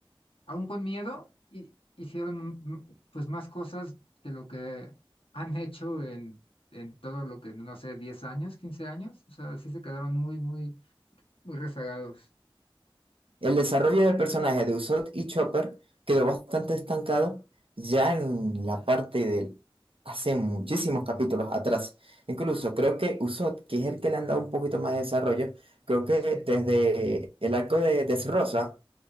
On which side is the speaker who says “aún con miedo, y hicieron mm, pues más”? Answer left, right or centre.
Left